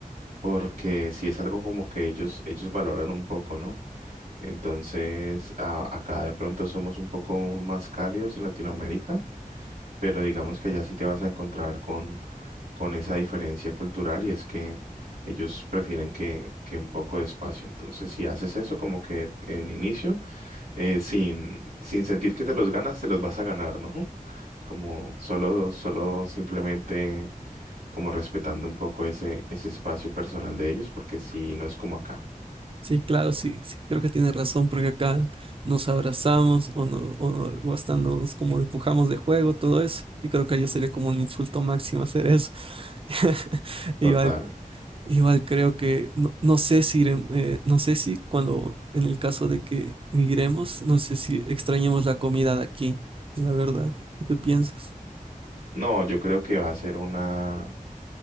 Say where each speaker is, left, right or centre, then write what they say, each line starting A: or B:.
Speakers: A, on the right; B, on the right.
A: porque si es algo como que ellos, ellos valoran un poco, ¿no? Entonces, a- acá de pronto somos un poco más cálidos en Latinoamérica, pero digamos que allá sí te vas a encontrar con, con esa diferencia cultural y es que ellos prefieren que, que un poco de espacio. Entonces, si haces eso como que en inicio, eh, sin, sin sentir que te los ganas, te los vas a ganar, ¿no? Como solo, solo simplemente como respetando un poco ese, ese espacio personal de ellos, porque si no es como acá.
B: Sí, claro, sí, sí, creo que tienes razón, porque acá nos abrazamos o, no, o, no- o hasta nos como empujamos de juego, todo eso. Y creo que allá sería como un insulto máximo hacer eso. <laughs> Igual
A: Total.
B: Igual creo que, no, no sé si irem- eh, no sé si cuando, en el caso de que migremos, no sé si extrañemos la comida de aquí, la verdad. ¿Tú qué piensas?
A: No, yo creo que va a ser una